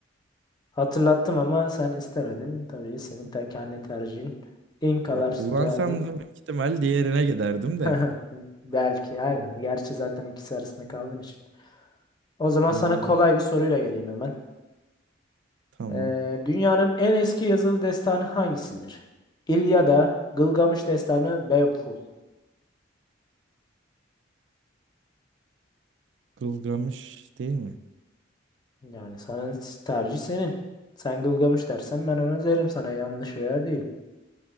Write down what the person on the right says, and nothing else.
ya kullansam
da büyük ihtimal diğerine giderdim
de.
Hı
hı,
tamam.
Gılgamış değil mi?